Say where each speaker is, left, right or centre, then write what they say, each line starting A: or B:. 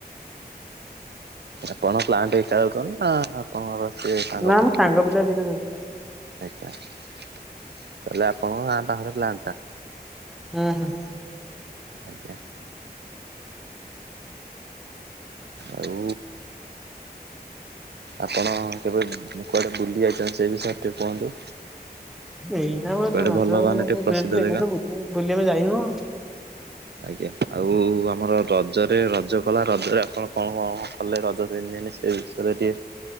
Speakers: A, on the right; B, in the centre.
A: ଆପଣ ପ୍ଲାଣ୍ଟା ନା ଆପଣଙ୍କ ସେ ସାଙ୍ଗ
B: ନା
A: ଫାଙ୍ଗ
B: ଆମ
A: କିଏ।
B: ପିଲା ଦିଟା ଯାଉଚି
A: ଆଜ୍ଞା ତାହେଲେ ଆପଣଙ୍କ ଗାଁ ପାଖରେ ପ୍ଲାାନ ଟା।
B: ହୁଁ ହଁ।
A: ଆଜ୍ଞା। ଆଉ ଆପଣ କେବେ କୁଆଡେ ବୁଲି ଯାଇଛନ୍ତି ସେଇ ବିଷୟରେ ଟିକେ କୁହନ୍ତୁ।
B: ଏଇନା ବ
A: କୁଆଡ଼େ
B: ତ କଥା
A: ଭଲ
B: ଏଇନା
A: ମାନେ ଟିକେ ପ୍ରସିଦ୍ଧ ଜାଗା?
B: ତ ବ ବୁଲି ଆମେ ଯାଇନୁ।
A: ଆଜ୍ଞା ଆଉ ଆମର ରଜରେ ରଜ କଲା ରଜରେ ଆପଣ କଣ କଣଣ କଲେ ରଜ ତିନି ଦିନେ ସେଇ ବିଷରେ ଟି